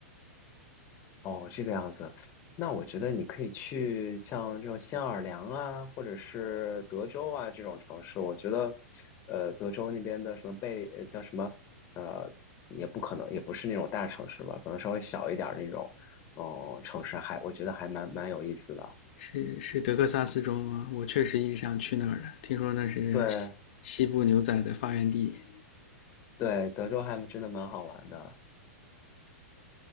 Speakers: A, on the left; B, on the left.
A: 哦，这个样子，那我觉得你可以去像这种新奥尔良啊，或者是德州啊这种城市。我觉得，呃，德州那边的什么贝，呃叫什么，呃，也不可能，也不是那种大城市吧，可能稍微小一点儿那种，哦、城市还我觉得还蛮蛮有意思的。
B: 是是德克萨斯州吗？我确实一直想去那儿的，听说那是西西部牛仔的发源地
A: 对对，德州还真的蛮好玩的。